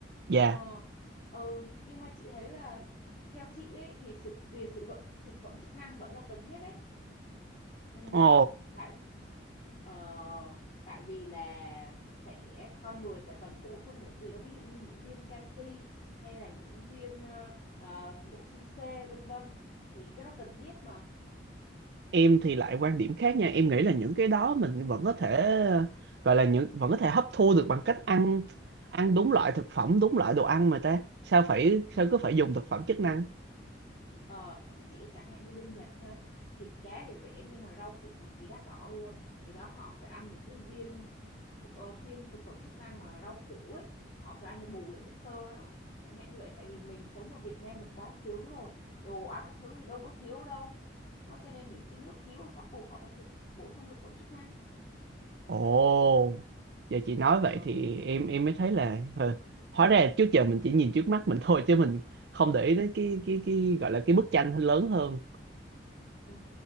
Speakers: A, on the right; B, on the left.
A: Dạ.
B: ờ ừ nhưng mà chị thấy là theo chị ấy thì sự việc sử dụng thực phẩm chức năng vẫn là cần thiết đấy Ừ,
A: Ồ.
B: tại ờ, tại vì là sẽ con người sẽ cần bổ sung một gì đó ví dụ như những viên canxi hay là những viên ờ, ờ, bổ sung C vân vân thì cái đó cần thiết mà
A: em thì lại quan điểm khác nha em nghĩ là những cái đó
B: ừ,
A: mình vẫn có thể ờ, gọi là những vẫn có thể hấp thu được bằng cách ăn ăn đúng loại thực phẩm đúng loại đồ ăn mà ta sao phải sao
B: ừ.
A: cứ phải dùng thực phẩm chức năng
B: Ờ, chứ chị chẳng hạn như bên Nhật ha, thịt cá thì rẻ nhưng mà rau củ cực kỳ đắt đỏ luôn. Thì đó họ phải ăn những cái viên thu- ờ, phiên thực phẩm chức năng mà rau củ ấy, họ phải ăn để bù lại chất xơ đó. Chẳng hạn như vậy tại vì mình sống ở Việt Nam thì quá sướng rồi, đồ ăn các thứ thì đâu có thiếu đâu. Đó cho nên những cái nước thiếu thì bắt buộc họ phải thực, bổ sung thực phẩm chức năng.
A: ồ giờ chị nói
B: Ờ,
A: vậy thì em em mới thấy là ờ, hóa ra trước giờ mình chỉ nhìn trước mắt mình thôi chứ mình không để ý đến cái cái cái gọi là cái bức tranh lớn hơn
B: Ừ.